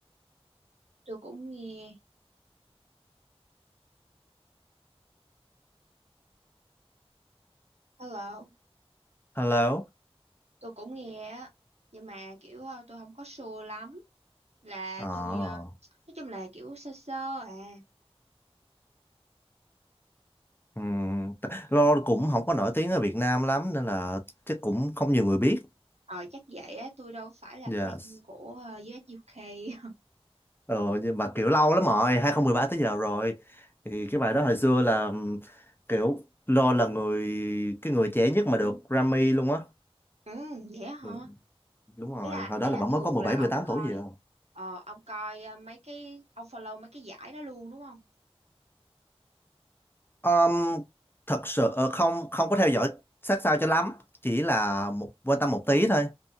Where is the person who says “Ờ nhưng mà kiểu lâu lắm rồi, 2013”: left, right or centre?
Left